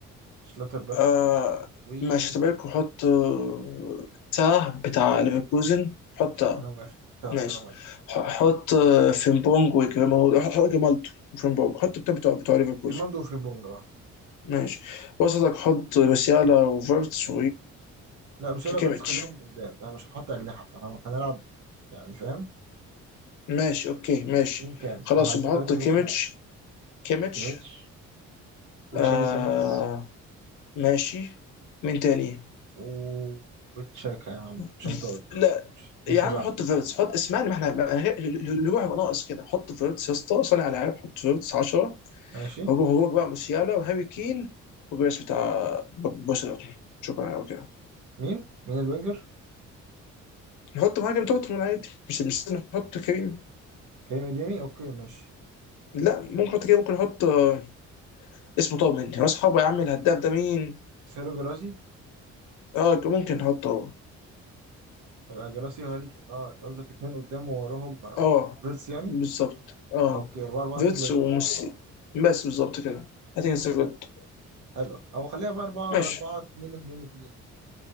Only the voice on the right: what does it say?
شلاتر باك
وماشي
انا موافق طب
انا موافق
ريمالدو وفريمبونجا
لا مش
هيلا فيرتس خليهم قدام انا مش هحط اجنحه فانا فهنلعب يعني فاهم
مين كام بس
احنا عايزين
ثلاثه
في
نص الملعب
كيميتش وتشافي
سيمنز
و وتشاكا يا عم
مش انت قلته
مش, مش
هزعل
ماشي
مين مين الوينجر
كريم اديمي اوكي ماشي
سيرو جرازي
يبقى جراسي وهاريك اه انت قصدك اتنين قدام ووراهم آه،
فيرتس يعني
آه، اوكي 4 4 2
دايموند
يعني
اوكي حلوه او خليها بقى 4
4 2 2 2